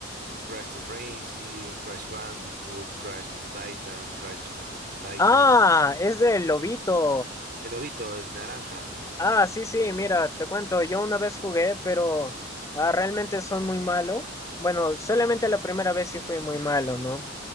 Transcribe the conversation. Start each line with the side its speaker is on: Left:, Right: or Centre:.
Right: Crash Team Racing, Crash Bandicoot, Crash Titans, Crash Mutant Titans.
Left: Ah, es del Lobito.
Right: El lobito, el naranja.
Left: Ah, sí, sí, mira, te cuento, yo una vez jugué, pero ah, realmente soy muy malo. Bueno, solamente la primera vez sí fui muy malo, ¿no?